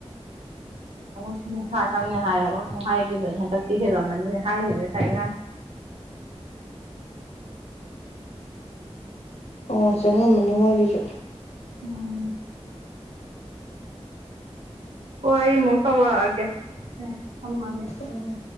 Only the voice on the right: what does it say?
ꯁꯤ ꯅꯨꯡꯁꯥ ꯆꯪꯉꯦ ꯍꯥꯏꯕ ꯑꯃꯨ ꯍꯥꯏꯈꯤꯕꯅꯤ ꯍꯟꯗꯛꯇꯤ ꯍꯦꯜꯂꯝꯃꯅꯤꯅ ꯍꯥꯏꯈꯤꯕꯅꯤ ꯉꯁꯥꯏ ꯏꯃꯥ
ꯎꯝ ꯍꯣꯏ ꯑꯩ ꯑꯃꯨꯛ ꯇꯧꯔꯛꯑꯒꯦ ꯊꯝꯃꯒꯦ